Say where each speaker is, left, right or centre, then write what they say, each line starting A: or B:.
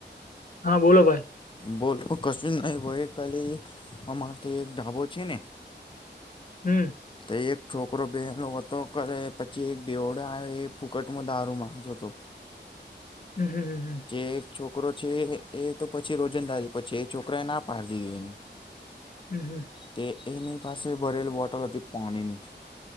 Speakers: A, on the left; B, on the left.
A: હા બોલો ભાઈ
B: બોલ કશું નહી ભાઈ કાલી અમારે તો એક ધાબો છે ને
A: હમ્મ
B: તો એક છોકરો બહેનો હતો કરે પછી એક બેવડો આવે એ ફૂકટમાં દારૂ માંગ તો તો
A: હમ્મ હમ્મ
B: જે એક છોકરો છે એ તો પછી રોજંદારી પછી એ છોકરાએ ના પાડી દીધો એને
A: હમ્મ હમ્મ
B: તે એને પાસે ભરેલ બોટલ હતી પોણીની